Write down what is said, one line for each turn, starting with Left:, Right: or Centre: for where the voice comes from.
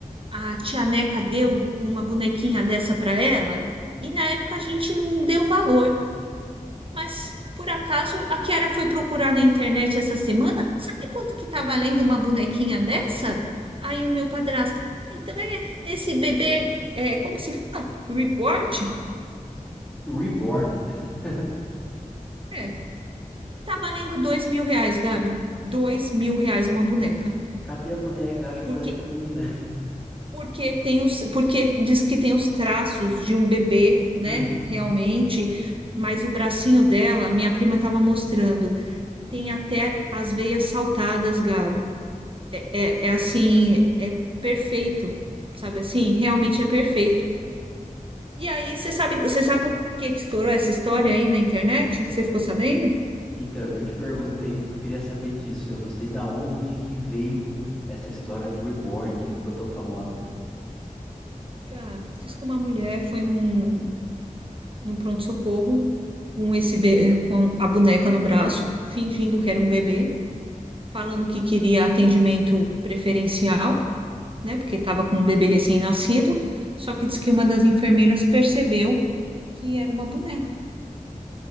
Right: a tia Neca deu uma bonequinha dessa para ela? E na época a gente não deu valor. Mas por acaso a Kiara foi procurar na internet essa semana? Sabe quanto que tá valendo uma bonequinha dessa? Aí o meu padrasto, então é esse bebê, é, como se fala? Report?
Centre: Reborn. <laughs>
Right: É, tá valendo dois mil reais, Gabi. Dois mil reais uma boneca.
Centre: Cadê a boneca? Acha
Right: Porque,
Centre: a boneca da menina.
Right: porque tem os, porque diz que tem os traços de um bebê, né?
Centre: <laughs>
Right: Realmente. Mas o bracinho dela, minha prima estava mostrando, tem até as veias saltadas, Gabi. é, é é assim, é perfeito, sabe assim? Realmente é perfeito. E aí, você sabe, você sabe por que que estourou essa história aí na internet? Você ficou sabendo?
Centre: Então, eu te perguntei porque eu queria saber disso. Eu não sei da onde que veio essa história de Reborn que ficou tão famosa.
Right: Ah, diz que uma mulher foi num, num pronto-socorro com esse be- com a boneca no braço, fingindo que era um bebê, falando que queria atendimento preferencial, né? Porque estava com um bebê recém-nascido. Só que diz que uma das enfermeiras percebeu que era uma boneca.